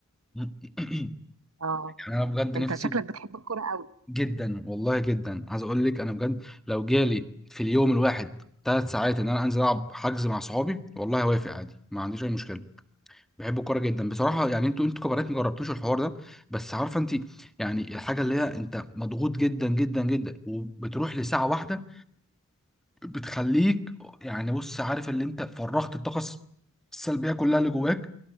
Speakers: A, in the centre; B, on the right.
A: <laughs>
B: اه
A: يعني انا بجد
B: انت
A: نفسي
B: شكلك بتحب الكوره قوي
A: جدا والله جدا عايز اقول لك انا بجد لو جالي في اليوم الواحد ثلاث ساعات ان انا انزل العب حجز مع صحابي والله هوافق عادي ما عنديش اي مشكله بحب الكوره جدا بصراحه يعني انتوا انتوا كبنات ما جربتوش الحوار ده بس عارفه انت يعني الحاجه اللي هي انت مضغوط جدا جدا جدا وبتروح لساعه واحده بتخليك يعني بص عارف اللي انت فرغت الطاقه الس- السلبيه كلها اللي جواك